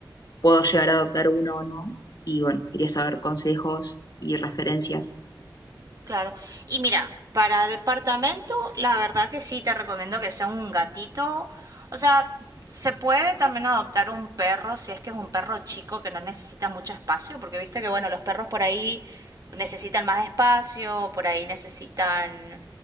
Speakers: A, on the left (about 55°); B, on the right (about 50°).
A: puedo llegar a adoptar uno o no y bueno, quería saber consejos y referencias.
B: Claro. Y mira, para departamento, la verdad que sí, te recomiendo que sea un gatito. O sea, se puede también adoptar un perro si es que es un perro chico que no necesita mucho espacio, porque viste que, bueno, los perros por ahí necesitan más espacio, por ahí necesitan